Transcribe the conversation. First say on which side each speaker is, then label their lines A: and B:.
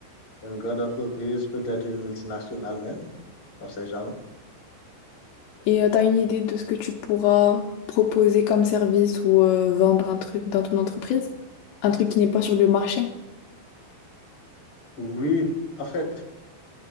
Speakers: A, on the left; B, on the left.
A: une grande entreprise, peut-être une multinationale même, on ne sait jamais.
B: Et euh, t'as une idée de ce que tu pourras proposer comme service ou euh, vendre un truc dans ton entreprise? Un truc qui n'est pas sur le marché?
A: Oui, en fait,